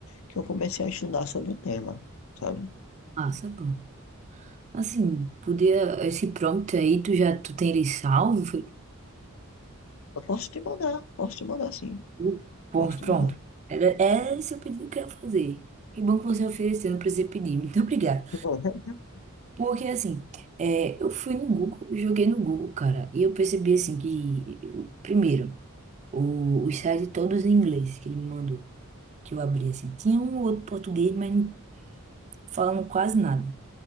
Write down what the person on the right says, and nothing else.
Ah, sabe bom. Assim, podia. Esse prompt aí, tu já tu tem ele salvo? Foi?
Uh, Bom,
pronto.
Era, era esse o pedido que eu ia fazer. Que bom que você ofereceu, não precisei pedir. Muito obrigada.
Porque assim, é, eu fui no Google, joguei no Google, cara, e eu percebi assim que, o- primeiro, o, os sites todos em inglês que ele mandou, que eu abri assim, tinha um ou outro português, mas não falando quase nada.